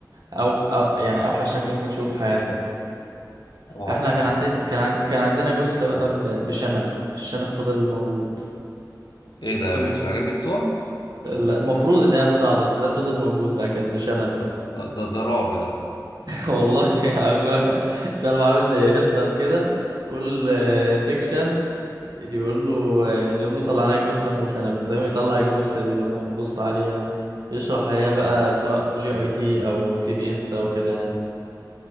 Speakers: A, on the right; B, on the left.
A: أو, أو يعني أوحش شكل ممكن تشوفه في حياتك
B: واو
A: احنا كان عندنا
B: لا
A: كان عن... كان عندنا جثة بقى ب... بشنب الشنب فضل موجود
B: ايه ده
A: طول
B: مش
A: ما
B: الحاجات دي بتوع
A: لا، المفروض ان هي تطلع بس ده فضل موجود بقى كانت بشنب بقى.
B: آه، ده ده رعب ده
A: والله <laughs> عامله شال عامل زي هتلر كده كل سيكشن يقول له نقول له طلع لنا الجثه مشنب انت فاهم يطلع الجثه دي بقى ونبص عليها يشرح عليها بقى سواء جي اي تي او سي في اس او كده يعني